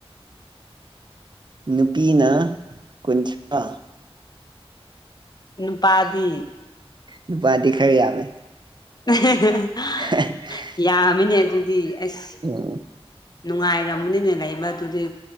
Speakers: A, on the right (about 45°); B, on the left (about 40°).
A: ꯅꯨꯄꯤꯅ ꯀꯨꯟꯊ꯭ꯔꯥ
B: ꯅꯨꯄꯥꯗꯤ
A: ꯅꯨꯄꯥꯗꯤ ꯈꯔ ꯌꯥꯝꯃꯦ
B: ꯎ
A: <inaudible>
B: ꯌꯥꯝꯃꯤꯅꯦ ꯑꯗꯨꯗꯤ ꯑꯁ
A: ꯑꯣ
B: ꯅꯨꯡꯉꯥꯏꯔꯝꯃꯅꯤꯅꯦ ꯂꯩꯕ ꯑꯗꯨꯗꯤ